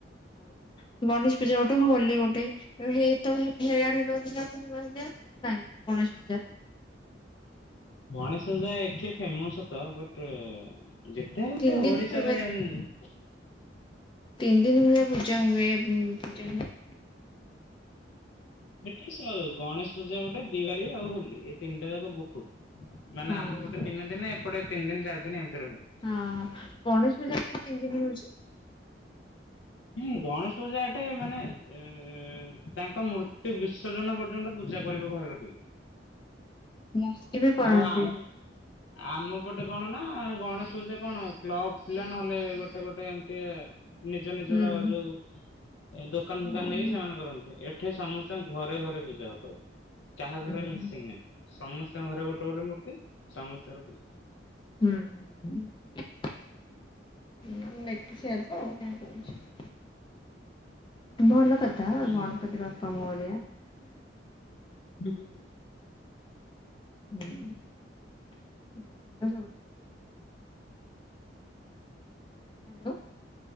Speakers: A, on the left; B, on the left.
A: <inaudible> ଗଣେଶପୂଜା ଗୋଟେ ହୋଲି ଗୋଟେ <unintelligible> ହେଇଆଡରହୁଚ <unintelligible> ନାଇଁ ଗଣେଶପୂଜା।
B: ଗଣେଷ ପୁଜା ଏଠି ଫେମସ୍ ତ ବଟ ଯେତେହେଲେ
A: ତିନି ଦିନ
B: ଓଡିଶାରେ
A: ହୁଏ
B: ଉଁ
A: ତିନିଦିନ ଭଳିଆ ପୂଜାହୁଏ ଉଁ ପୂଜା ହୁଏ।
B: ଏଠି <unintelligible> ଗଣେଶପୂଜା ଗୋଟେ ଦିିବାଳି ଆଉ ହୋଲି ଏଇତିନିଟା ଯାକ ବୋ ମାନେ
A: ହଁ।
B: ଆମ ପଟେ ଦିନେଦିନେ ଏପଟେ ତିନିଦିନ ଚାରିଦିନ ଏମିତି ରୁହିବ।
A: ହଁ ଗଣେଶ ପୂଜା ତିନିଦିନ୍ ହଉଚି।
B: ହୁଁ ଗଣେଶ ପୂଜା ଏଠି ମାନେ ଏ ତାଙ୍କ ମୂର୍ତ୍ତି ବିସର୍ଜନ ପର୍ଯ୍ୟନ୍ତ ପୂଜାକରିବୁ ଘରେ ରଖିକି
A: ମସ୍ତି ବି କରନ୍ତି।
B: ଆଉ ଆ ଆମପଟେ କଣନା ଗଣେଶ ପୂଜା କଣ କ୍ଲବପିଲା ନହେଲେ ଗୋଟେଗୋଟେ ଏମ୍ତି ନିଜ ନିଜର
A: ହୁଁ
B: ଯୋଉ ଦୋକାନଫୁକାନ
A: ଆଉ
B: ନେଇକି
A: ହୁଁ
B: ସେମାନେ କରନ୍ତି ଏଠ୍ ଏଠି ସମସ୍ତଙ୍କ ଘରେଘରେ ପୂଜା ହୁଏ କାହା ଘରେ
A: ହୁଁ
B: ମିସିଙ୍ଗ୍ ନାଇଁ। ସମସ୍ତଙ୍କ ଘରେ ଗୋଟେଗୋଟେ ମୂର୍ତ୍ତି ସମସ୍ତଙ୍କର ପୂଜା।
A: ହଁ <unintelligible> ଭଲକଥା
B: ହୁଁ
A: ଗଣପତିବାପା ମୋରିଆ।
B: <inaudible>
A: ହୁଁ <inaudible> ହ୍ୟାଲୋ।